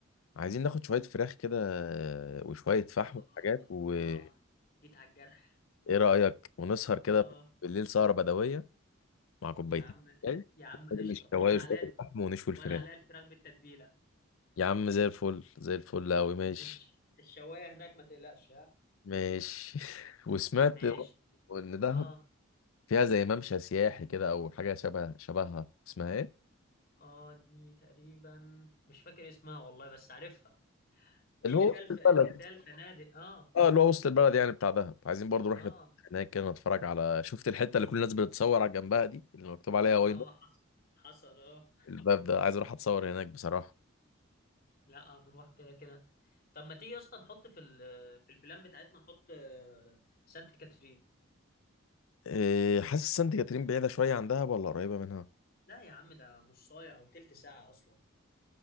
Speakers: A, on the left; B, on the left.
A: عايزين ناخد شويه فراخ كده وشويه فحم
B: آه
A: وحاجات وايه
B: آه جيت على الجرح
A: رايك ونسهر كده
B: آه
A: بالليل سهره بدويه مع كوباية
B: يا عم
A: شاي
B: يا عم قشطة
A: ماشي شوية
B: وأنا
A: شوية
B: عليا
A: اللحم ونشوي
B: وأنا
A: الفراخ
B: عليا الفراخ بالتتبيلة
A: يا عم زي الفل زي الفل أوي ماشي
B: وش الشواية هناك ما تقلقش ها
A: ماشي <laughs> وسمعت
B: ماشي
A: إن دهب
B: آه
A: فيها زي ممشى سياحي كده أو حاجة شبه شبهها اسمها إيه؟
B: آه دي تقريبا مش فاكر اسمها والله بس عارفها دي
A: اللي
B: اللي
A: هو
B: فيها
A: وسط
B: الف...
A: البلد
B: اللي فيها الفنادق آه
A: اه اللي هو وسط البلد يعني بتاع دهب عايزين برضو نروح
B: آه
A: نت- هناك كده نتفرج على شفت الحتة اللي كل الناس بتتصور على جنبها دي اللي مكتوب عليها
B: آه
A: واي نوت
B: حصل حصل آه
A: الباب ده عايز أروح أتصور هناك بصراحة
B: لا هنروح كده كده طب ما تيجي أصلا نحط في ال... في البلان بتاعتنا نحط آه، سانت كاترين
A: إيه حاسس سانت كاترين بعيدة شوية عن دهب ولا قريبة منها؟
B: لا يا عم ده نص ساعة أو تلت ساعة أصلا